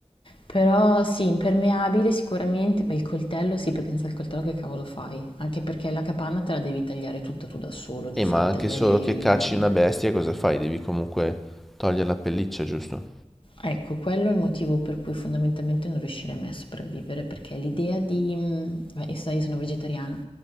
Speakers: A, on the left; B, in the centre.
A: Però sì, impermeabile sicuramente, ma il coltello sì, perché senza il coltello che cavolo fai? Anche perché la capanna te la devi tagliare tutta tu da solo, giusto?
B: E ma
A: Devi
B: anche
A: tagliare
B: solo
A: i
B: che cacci
A: rami.
B: una bestia cosa fai? Devi comunque togliere la pelliccia, giusto?
A: Ecco, quello è il motivo per cui fondamentalmente non riuscirei mai a sopravvivere, perché l'idea di... mm, Beh, io so, io sono vegetariana,